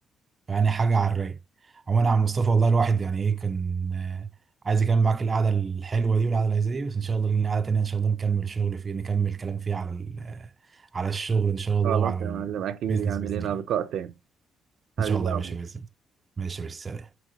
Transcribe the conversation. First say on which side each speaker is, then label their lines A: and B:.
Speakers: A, on the right; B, on the right.
A: يعني حاجه على الرايق عموما يا عم مصطفى والله الواحد يعني ايه كان آه، عايز يكمل معاك القعده الحلوه دي والقعده اللذيذه دي بس ان شاء الله لنا قعده تانيه ان شاء الله نكمل شغل فيه نكمل كلام فيه على ال- آه، على الشغل ان شاء الله
B: خلاص
A: وعلى
B: يا معلم اكيد
A: البيزنس
B: يعني
A: باذن
B: لينا
A: الله
B: لقاء تاني حبيبي
A: ان شاء الله
B: يا
A: يا
B: عمر
A: باشا باذن الله ماشي يا باشا سلام